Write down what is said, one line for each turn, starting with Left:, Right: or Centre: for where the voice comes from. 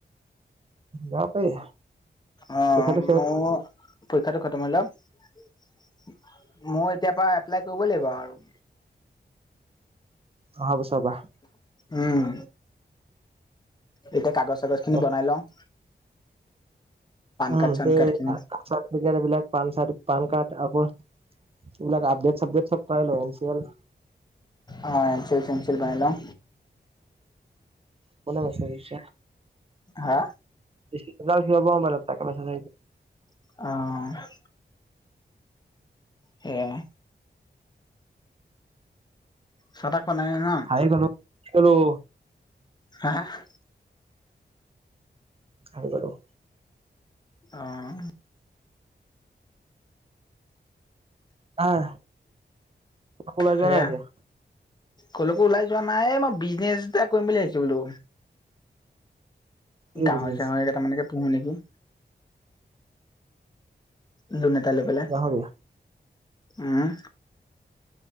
Right: যাব পাৰি।
Left: অ',
Right: তেখেতৰ সিহঁত
Left: মোৰ পৰীক্ষাটো খতম হৈ লক, মই এতিয়াৰ পৰা এপ্লাই কৰিব লাগিব আৰু।
Right: অহা বছৰ পৰা।
Left: উম, এতিয়া কাগজ, চাগজ
Right: পৰা
Left: খিনি বনাই লওঁ। <inaudible>
Right: উম,
Left: কাৰ্ড চান
Right: পে <unintelligible>
Left: কাৰ্ড খিনি
Right: এতিয়া, এইবিলাক পান চাত, পান কাৰ্ড, আকৌ এইবিলাক আপডেট, চাপডেট চব কৰাই ল', এন চি এল।
Left: অ', এন চি এল, চেন চি এল বনাই লওঁ।
Right: কোনে মেছেজ দিছে?
Left: হা?
Right: <unintelligible> মবলেইত, তাকে মেছেজ আহিছে।
Left: আহ। সেয়াই। চাহ, তাহ খোৱা নাই, নহয় ন'?
Right: আহি গলোঁ, কলোঁ।
Left: হা, হা?
Right: হেৰী গলোঁ।
Left: অ'।
Right: আহ, ওলাই
Left: সেয়া
Right: যোৱা নাই এতিয়া।
Left: কলৈকো ওলাই যোৱা নাই মই বিজনেছ এটা কৰিম বুলি ভাবিছোঁ।
Right: এই
Left: গাহৰি
Right: বিজনেছ
Left: চাহৰি কেইটামানকে পোহো নেকি? লোন এটা লৈ পেলাই
Right: গাহৰিয়া
Left: উম'।